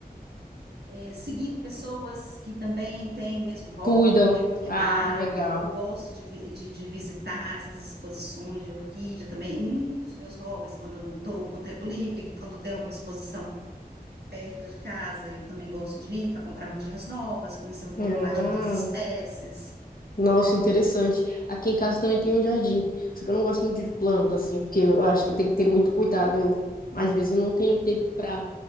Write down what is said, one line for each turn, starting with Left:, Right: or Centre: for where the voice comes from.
Right: é, seguindo pessoas que também têm o mesmo hobby,
Left: Cuidam.
Right: eu tenho orquidário,
Left: Ah, legal.
Right: eu gosto de, vi- de, de visitar essas exposições de orquídea também. Um dos meus hobbies, quando eu não estou com tempo livre, quando tem alguma exposição perto de casa, eu também gosto de ir para comprar mudinhas novas, conhecer um pouco
Left: Ah.
Right: mais de outras espécies.
Left: Nossa, interessante. Aqui em casa também tem um jardim, só que eu não gosto muito de planta, assim, porque eu acho que tem que ter muito cuidado. Eu, às vezes, eu não tenho tempo para